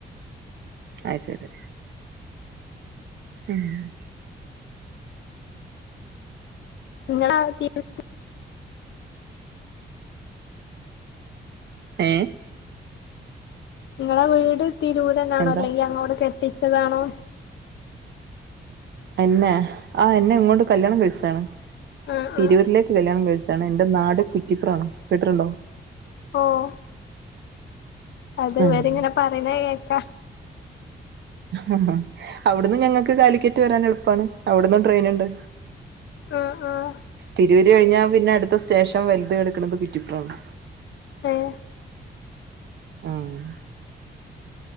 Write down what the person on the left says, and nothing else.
നിങ്ങള തീ <inaudible>
നിങ്ങളടെ വീട് തിരൂരന്നാണോ
അല്ലെങ്കിൽ അങ്ങോട് കെട്ടിച്ചതാണോ?
ആഹ്
ആഹ്
ഓ <unintelligible> അതീവരിങ്ങനെ
പറയുന്ന കേക്കാ
ആഹ് ആഹ്
ഏ <unintelligible>